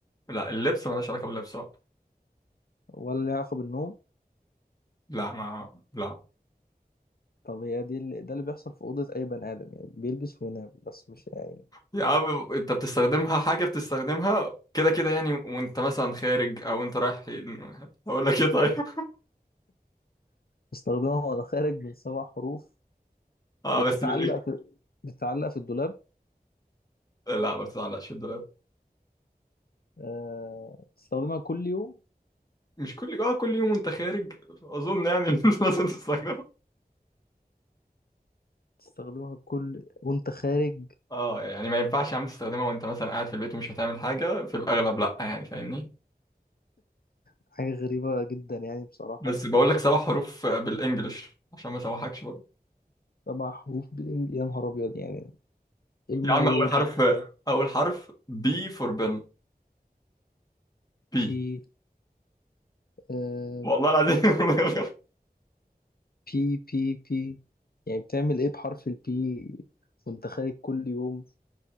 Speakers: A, on the left; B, on the left.
A: لا اللبس مالهاش علاقة باللبس بقى.
B: ولا ليها علاقه بالنوم
A: لا ما لا
B: طب هي دي اللي ده اللي بيحصل في اوضه اي بني ادم يعني بيلبس وينام بس مش يعني
A: يا عم أنت بتستخدمها حاجة بتستخدمها كده كده يعني وأنت مثلا خارج أو أنت رايح أقول لك إيه طيب <laughs>
B: بستخدمها وانا خارج من سبع حروف
A: اه
B: بتتعلق
A: بس بالإج
B: في بتتعلق في الدولاب
A: لا ما بتعلقش الدولاب
B: أه بتستخدمها كل يوم
A: مش كل اه كل يوم وأنت خارج أظن يعني <laughs> لازم تستخدمها
B: تستخدمها كل وانت خارج
A: اه يعني ما ينفعش يا عم تستخدمها وانت مثلا قاعد في البيت ومش هتعمل حاجة في الأغلب لأ يعني فاهمني
B: حاجة غريبة جدا يعني بصراحة
A: بس بقول لك سبع حروف آه، بالإنجلش عشان ما اسوحكش برضه
B: سبع حروف بالإنجليزي يا نهار أبيض يعني إيه الموضوع
A: يا عم أول
B: ده
A: حرف
B: <laughs>
A: أول حرف بي فور بن بي
B: بي آه
A: والله العظيم <laughs>
B: بي بي بي يعني بتعمل إيه بحرف البي وأنت خارج كل يوم